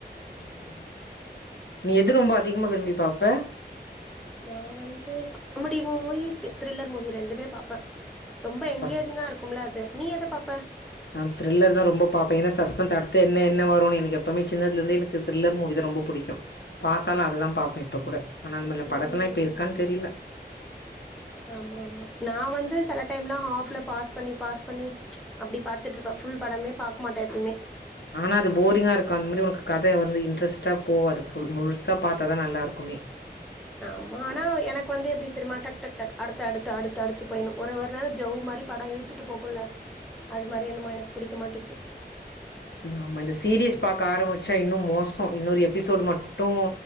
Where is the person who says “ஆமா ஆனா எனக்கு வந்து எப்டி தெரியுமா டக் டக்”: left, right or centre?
Centre